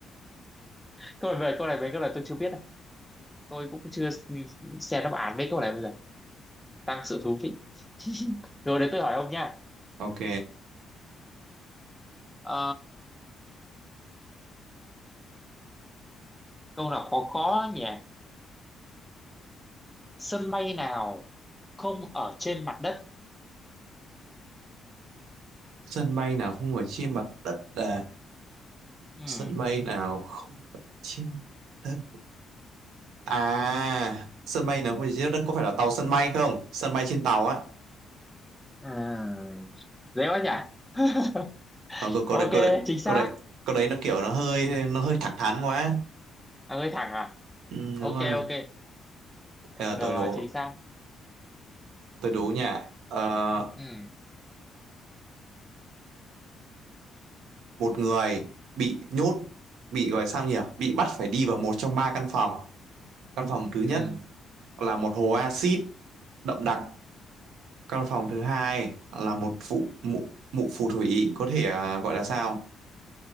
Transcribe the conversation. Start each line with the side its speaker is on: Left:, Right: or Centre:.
Centre: câu này về câu này mấy câu này tôi chưa biết đâu tôi cũng chưa xem đáp án mấy câu này bây giờ tăng sự thú vị <laughs> rồi đấy tôi hỏi ông nha
Right: ok
Centre: Ờ, câu nào khó khó nhỉ sân bay nào không ở trên mặt đất
Right: sân bay nào không phải trên mặt đất à
Centre: ừ.
Right: sân bay nào không trên mặt đất à sân bay nào không phải trên mặt đất có phải là tàu sân bay không sân bay trên tàu á
Centre: Ừ. dễ quá nhỉ <laughs>
Right: Ờ, câu câu
Centre: ok
Right: đấy câu đấy
Centre: chính xác
Right: câu đấy câu đấy nó kiểu nó hơi nó hơi thẳng thắn quá
Centre: là hơi thẳng à
Right: ừ,
Centre: ok
Right: đúng rồi
Centre: ok được
Right: Bây giờ tôi
Centre: rồi
Right: đố
Centre: chính xác
Right: tôi đố nha Ờ,
Centre: ừ.
Right: một người bị nhốt bị gọi sao nhỉ bị bắt phải đi vào một trong ba căn phòng căn phòng thứ
Centre: Ừ.
Right: nhất là một hồ axit đậm đặc căn phòng thứ hai là một phụ mụ mụ phù thủy có thể à, gọi là sao